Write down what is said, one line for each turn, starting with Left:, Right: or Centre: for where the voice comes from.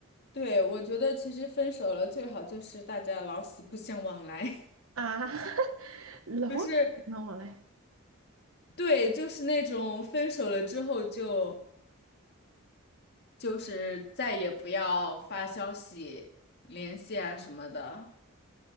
Left: 对，我觉得其实分手了最好就是大家老死不相往来，
Right: 啊，<laughs> 老死不相往来。
Left: <laughs> 就是对，就是那种分手了之后就就是再也不要发消息联系啊什么的，